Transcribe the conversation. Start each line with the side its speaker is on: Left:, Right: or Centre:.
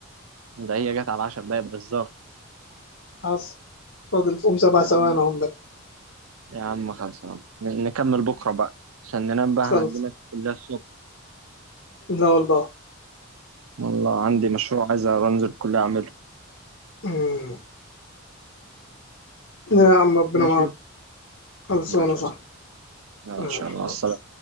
Right: ده هي جت على 10 دقايق بالظبط
Left: حصل فاضل فيهم سبع
Right: يا
Left: ثواني
Right: عم
Left: هم بقى
Right: يا عم خلصنا ن- نكمل بكره بقى عشان ننام بقى
Left: خلص
Right: هنعمل الكليه الصبح
Left: لا والله
Right: والله عندي مشروع عايز انزل الكليه اعمله
Left: امم. يا عم ربنا
Right: ماشي
Left: معاك خلصانه
Right: ماشي
Left: صح
Right: يا أسطى. يلا،
Left: ماشي
Right: ان شاء الله السلام